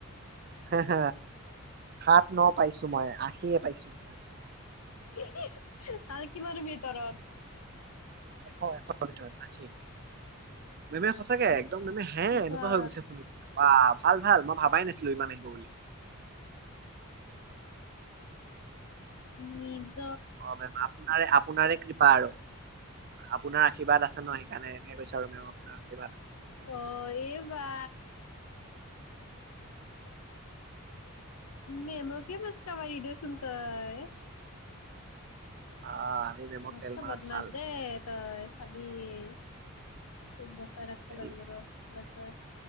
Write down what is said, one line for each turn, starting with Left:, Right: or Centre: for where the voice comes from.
Right: হ হ সাত ন পাইছো মই আশীয়ে পাইছো মই আশী?
Left: আ হা আৰু কিমান ভিতৰত?
Right: এশ এশতৰ ভিতৰত আশী? তুমি সঁচাকে এক। একদম মেমে হে এনেকুৱা
Left: বা
Right: হৈ গৈছে শুনি পেলাই বা ভাল ভাল মই ভাবাই নাছিলো ইমান আহিব বুলি?
Left: নিজে।
Right: অ মেম আপোনাৰ আপোনাৰে কৃপা আৰু আপোনাৰ আশীৰ্বাদ আছে ন সেইকাৰণে এনেকে কৈছো আৰু মেম। আপোনাৰশীৰ্বাদ আছে?
Left: অ এই বা। মেমকে মচকা মাৰি দেচোন তই?
Right: আহ আমি মেমক
Left: মস্ত
Right: তেল মাৰাত
Left: বদমছ
Right: ভাল
Left: দে ত। আবি। তত বচাই ৰাখিব
Right: তেল
Left: লাগিব ৰ। উ।